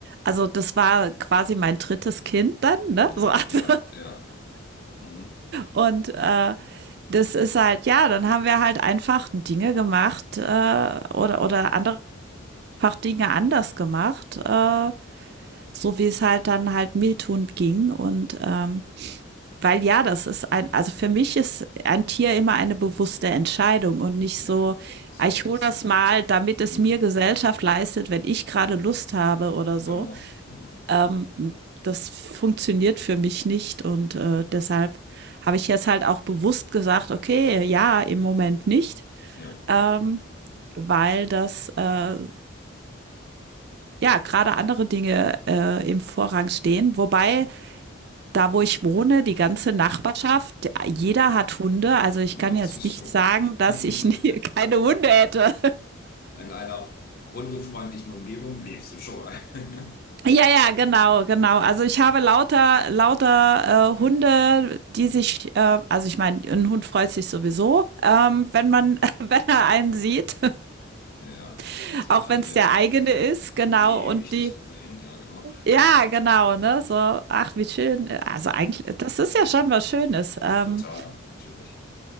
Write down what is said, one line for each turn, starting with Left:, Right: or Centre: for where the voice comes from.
Right: also, das war quasi mein drittes Kind dann, ne?
Left: Ja,
Right: <laughs> So, also
Left: ja, ja. Mhm.
Right: und, äh, das ist halt ja, dann haben wir halt einfach Dinge gemacht, äh, oder oder andere einfach Dinge anders gemacht, äh, so wie es halt dann halt mir tun ging. Und ähm, weil ja, das ist ein, also für mich ist ein Tier immer eine bewusste Entscheidung und nicht
Left: Ja,
Right: so,
Left: sollte
Right: ah, ich hole
Left: es
Right: das
Left: sein.
Right: mal, damit es
Left: Mhm.
Right: mir Gesellschaft leistet, wenn ich gerade Lust habe oder so.
Left: Genau, genau.
Right: Ähm, das funktioniert für mich nicht und äh, deshalb habe ich jetzt halt auch bewusst gesagt, okay, ja, im Moment nicht,
Left: Ja,
Right: ähm, weil das äh, ja, gerade andere Dinge äh, im Vorrang stehen. Wobei,
Left: genau.
Right: da wo ich wohne, die ganze Nachbarschaft, jeder hat Hunde. Also ich
Left: Und
Right: kann
Left: dann
Right: jetzt
Left: siehst
Right: nicht
Left: du,
Right: sagen,
Left: <laughs>
Right: dass
Left: in
Right: ich <laughs> nie, keine Hunde hätte.
Left: einer hundefreundlichen Umgebung lebst du schon mal. <laughs>
Right: <laughs> ja, ja, genau, genau. Also ich habe lauter, lauter äh, Hunde, die sich, äh, also ich meine, ein Hund freut sich sowieso, ähm, wenn man, <laughs> wenn er einen sieht,
Left: Ja,
Right: <laughs>
Left: als hätte
Right: auch
Left: er
Right: wenn
Left: ihn
Right: es
Left: ja
Right: der eigene ist, genau.
Left: ewig
Right: Und die,
Left: nicht gesehen. Ja, genau. <laughs>
Right: ja, genau, ne? So, ach, wie schön. Also eigentlich,
Left: Hm,
Right: das ist ja schon was Schönes. Ähm,
Left: Total, natürlich.